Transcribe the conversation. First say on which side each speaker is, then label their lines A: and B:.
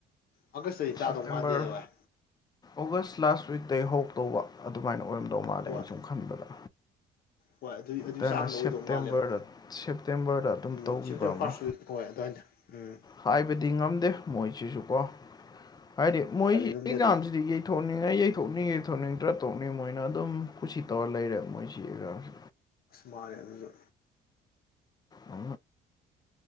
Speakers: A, on the left; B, on the left.
A: ꯑꯥꯒꯁꯇꯗꯤ ꯇꯥꯗꯧ
B: ꯁꯦꯞꯇꯦꯝꯕꯔ
A: ꯃꯥꯟꯗꯦꯗ ꯚꯥꯏ
B: ꯑꯣꯒꯁ ꯂꯥꯁ ꯋꯤꯇꯩꯒꯤ ꯍꯧ ꯇꯧꯕ ꯑꯗꯨꯃꯥꯏꯅ ꯑꯣꯏꯔꯝꯗꯧ ꯃꯥꯜꯂꯦ
A: ꯍꯣꯏ
B: ꯑꯩꯅ ꯁꯨꯝ ꯈꯟꯕꯗ
A: ꯍꯣꯏ ꯑꯗꯨꯏ ꯑꯗꯨꯏ
B: ꯗꯅ
A: ꯆꯥꯡꯗ ꯑꯣꯏꯗꯧ
B: ꯁꯦꯞꯇꯦꯝꯕꯔꯗ
A: ꯃꯥꯜꯂꯦꯕ
B: ꯁꯦꯞꯇꯦꯝꯕꯔꯗ ꯑꯗꯨꯝ
A: ꯎꯝ
B: ꯇꯧꯕꯈꯤꯕ
A: ꯁꯦꯞꯇꯦꯝꯕꯔ
B: ꯑꯃ
A: ꯐꯥꯔꯁ ꯋꯤꯛ ꯍꯣꯏ ꯑꯗꯨꯏꯗ ꯎꯝ
B: ꯍꯥꯏꯕꯗꯤ ꯉꯝꯗꯦ ꯃꯣꯏꯁꯤꯁꯨ ꯀꯣ ꯍꯥꯏꯗꯤ ꯃꯣꯏꯒꯤ
A: ꯍꯥꯏꯕꯤꯔꯝꯗꯦ
B: ꯑꯦꯛꯖꯥꯝꯁꯤꯗꯤ
A: ꯑꯗꯨ
B: ꯊꯣꯛꯅꯤꯡꯉꯥꯏ ꯌꯩꯊꯣꯛꯅꯤꯡ ꯌꯩ ꯊꯣꯛꯅꯤꯡꯗ꯭ꯔꯥ ꯊꯣꯛꯣꯛꯅꯤꯡ ꯃꯣꯏꯅ ꯑꯗꯨꯝ ꯀꯁꯤ ꯇꯧꯔ ꯂꯩꯔꯦꯕ ꯃꯣꯏꯁꯤ ꯑꯦꯛꯖꯥꯁꯦ
A: ꯃꯅ ꯑꯗꯨꯁꯨ
B: ꯑ